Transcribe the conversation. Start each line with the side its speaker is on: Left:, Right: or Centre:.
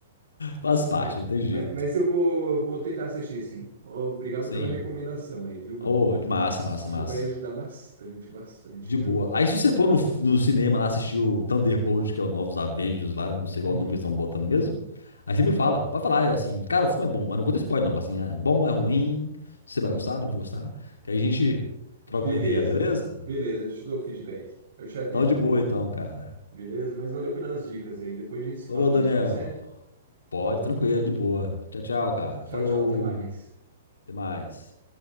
Left: Faz parte,
Right: Ma-
Left: não tem jeito.
Right: ma- Mas, eu vou, eu vou tentar assistir, sim. Obrigado
Left: Sim.
Right: pela recomendação aí, viu, mano?
Left: Oh, massa,
Right: Isso
Left: massa, massa.
Right: vai ajudar bastante, bastante,
Left: De
Right: viu?
Left: boa. Aí se você for no, no cinema lá assistir o Thunderbolt, que é o Novos Avengers lá, não sei qual
Right: Hum,
Left: nome que eles estão botando mesmo. Aí você me fala, pode falar, é assim, cara, o filme é bom, mas não conta spoiler não, assim, é bom, é ruim, você
Right: hum.
Left: vai gostar, não vou gostar. Que aí a gente troca
Right: Beleza,
Left: uma ideia, beleza?
Right: beleza. Eu te dou o feedback. Eu te aviso
Left: Então de
Right: daí.
Left: boa então, cara.
Right: Beleza? Mas valeu pelas dicas aí. Depois a gente se fala
Left: Falou,
Right: mais,
Left: Daniel.
Right: pode ser?
Left: Pode,
Right: Falou.
Left: tranquilo, de boa. Tchau, tchau, cara.
Right: Tchau,
Left: Falou.
Right: tchau. Até mais.
Left: Até mais.